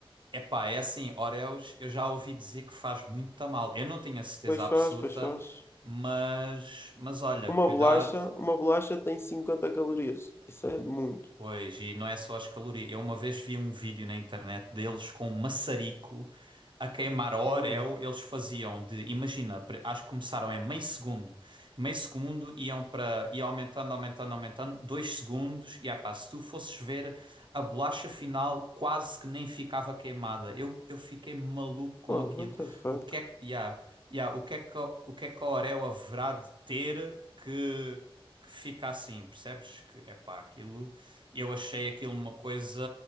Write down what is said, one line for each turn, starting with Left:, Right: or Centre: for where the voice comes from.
Right: Epá, é assim, Oreos, eu já ouvi dizer que faz muito mal. Eu não tenho a certeza
Left: Pois
Right: absoluta,
Left: faz, pois faz.
Right: mas, mas olha,
Left: Uma
Right: cuidado.
Left: bolacha, uma bolacha tem 50 calorias. Isso é muito.
Right: Pois, e não é só as calorias. Eu uma vez vi um vídeo na internet deles com um maçarico a queimar a Oreo.
Left: Hum.
Right: Eles faziam de, imagina, pre- acho que começaram em meio segundo. Meio segundo iam para, ia aumentando, aumentando, aumentando, dois segundos. E ah pá, se tu fosses ver, a bolacha final quase que nem ficava queimada. Eu, eu fiquei maluco com
Left: Pô,
Right: aquilo.
Left: what the fuck?
Right: O que é que, yeah, yeah, o que é que, a- o que é que a Oreo haverá de ter que, que fica assim? Percebes que, é pá, aquilo. Eu achei aquilo uma coisa